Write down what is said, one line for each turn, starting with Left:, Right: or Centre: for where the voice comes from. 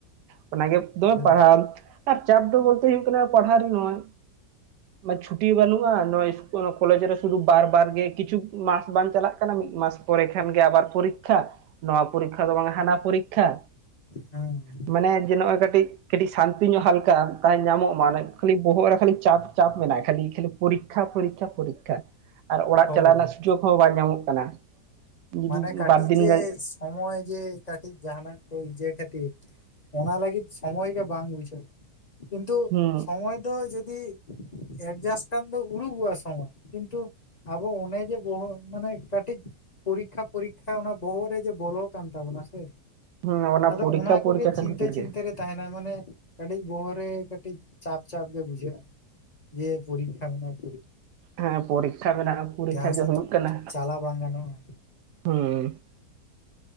Right: ᱚᱱᱟᱜᱮ ᱫᱚᱢ
Left: ᱚᱱᱟ
Right: ᱯᱟᱲᱦᱟᱣ
Left: ᱜᱮ
Right: ᱟᱫ ᱪᱟᱯ ᱫᱚ ᱵᱚᱞᱛᱮ ᱦᱩᱭᱩᱜ ᱠᱟᱱᱟ ᱯᱟᱲᱦᱟᱣ ᱨᱮ ᱱᱚᱜ-ᱚᱭ ᱪᱷᱩᱴᱤ ᱵᱟᱹᱱᱩᱜ-ᱟ ᱱᱚᱣᱟ ᱤᱥᱠᱩᱞ ᱠᱚᱞᱮᱡᱽ ᱨᱮ ᱥᱩᱫᱷᱩ ᱵᱟᱨ ᱵᱟᱨ ᱜᱮ ᱠᱤᱪᱷᱩ ᱢᱟᱥ ᱵᱟᱝ ᱪᱟᱞᱟᱜ ᱠᱟᱱᱟ ᱢᱤᱫ ᱢᱟᱥ ᱯᱚᱨᱮ ᱠᱷᱟᱱ ᱜᱮ ᱟᱵᱟᱨ ᱯᱚᱨᱤᱠᱷᱟ ᱱᱚᱣᱟ ᱯᱚᱨᱤᱠᱷᱟ ᱫᱚ ᱵᱟᱝ ᱦᱟᱱᱟ ᱯᱚᱨᱤᱠᱷᱟ᱾
Left: ᱦᱮ,
Right: ᱢᱟᱱᱮ ᱡᱮ ᱱᱚᱜ-ᱚᱭ ᱠᱟᱹᱴᱤᱡ ᱠᱟᱹᱴᱤᱡ ᱥᱟᱱᱛᱤ ᱧᱚᱜ ᱦᱟᱞᱠᱟᱜ-ᱟ ᱛᱟᱭ ᱧᱟᱢᱚᱜ ᱢᱟ ᱠᱷᱟᱹᱞᱤ ᱵᱚᱦᱚᱜ ᱨᱮ ᱠᱷᱟᱹᱞᱤ ᱪᱟᱯ ᱪᱟᱯ ᱢᱮᱱᱟᱜ-ᱟ ᱠᱷᱟᱹᱞᱤ ᱠᱷᱟᱹᱞᱤ ᱯᱚᱨᱤᱠ ᱯᱚᱨᱤᱠᱠᱷᱟ ᱯᱚᱨᱤᱠᱠᱷᱟ ᱯᱚᱨᱤᱠᱠᱷᱟ ᱟᱨ ᱚᱲᱟᱜ
Left: ᱦᱳᱭ
Right: ᱪᱟᱞᱟᱜ ᱨᱮᱱᱟᱜ ᱥᱩᱡᱳᱜᱽ ᱦᱚᱸ ᱵᱟᱭ ᱧᱟᱢᱚᱜ ᱠᱟᱱᱟ᱾ ᱡᱩᱫᱤ
Left: ᱢᱟᱱᱮ ᱠᱟᱹᱴᱤᱡ
Right: ᱵᱟᱨ ᱫᱤᱱ
Left: ᱡᱮ
Right: ᱜᱟᱱ᱾
Left: ᱥᱚᱢᱚᱭ ᱡᱮ ᱠᱟᱹᱴᱤᱡ ᱡᱟᱦᱟᱱᱟᱜ ᱤᱡᱮ ᱠᱷᱟᱹᱛᱤᱨ ᱚᱱᱟ ᱞᱟᱹᱜᱤᱫ ᱥᱚᱢᱚᱭ ᱜᱮ ᱵᱟᱝ ᱵᱩᱡᱷᱟᱹᱜ ᱠᱤᱱᱛᱩ
Right: ᱦᱩᱸ
Left: ᱥᱚᱢᱚᱭ ᱫᱚ ᱡᱩᱫᱤ ᱮᱰᱡᱟᱥᱴ ᱠᱟᱱ ᱫᱚ ᱩᱰᱩᱠᱚᱜ-ᱟ ᱥᱚᱢᱚᱭ᱾ ᱠᱤᱱᱛᱩ ᱟᱵᱚ ᱚᱱᱮ ᱡᱮ ᱵᱚᱦᱚᱜ ᱢᱟᱱᱮ ᱠᱟᱹᱴᱤᱡ ᱯᱚᱨᱤᱠᱠᱷᱟ ᱯᱚᱨᱤᱠᱠᱷᱟ ᱚᱱᱟ ᱵᱚᱦᱚᱜ ᱨᱮ ᱡᱮ ᱵᱚᱞᱚ ᱠᱟᱱ ᱛᱟᱵᱚᱱᱟ ᱥᱮ
Right: ᱦᱩᱸ
Left: ᱟᱫᱚ
Right: ᱯᱚᱨᱤᱠᱠᱷᱟ
Left: ᱚᱱᱟ
Right: ᱯᱚᱨᱤᱠᱠᱷᱟ
Left: ᱠᱚᱜᱮ
Right: ᱠᱷᱟᱱ
Left: ᱪᱤᱱᱛᱟᱹ
Right: ᱠᱷᱟᱹᱛᱤᱨ
Left: ᱪᱤᱱᱛᱟᱹ
Right: ᱜᱮ
Left: ᱨᱮ ᱛᱟᱦᱮᱱᱟ ᱢᱟᱱᱮ ᱠᱟᱹᱴᱤᱡ ᱵᱚᱦᱚ ᱨᱮ ᱠᱟᱹᱴᱤᱡ ᱪᱟᱯ ᱪᱟᱯ ᱜᱮ ᱵᱩᱡᱷᱟᱹᱜ-ᱟ᱾ ᱡᱮ ᱯᱚᱨᱤᱠᱷᱟ ᱢᱮᱱᱟᱜ-ᱟ᱾
Right: ᱦᱮᱸ ᱯᱚᱨᱤᱠᱷᱟ ᱢᱮᱱᱟᱜ-ᱟ ᱯᱚᱨᱤᱠᱷᱟ
Left: ᱡᱟᱦᱟᱸ
Right: ᱜᱮ
Left: ᱥᱮᱫ
Right: ᱦᱩᱭᱩᱜ ᱠᱟᱱᱟ᱾
Left: ᱪᱟᱞᱟᱣ ᱵᱟᱝ ᱜᱟᱱᱚᱜ-ᱟ᱾
Right: ᱦᱩᱸ,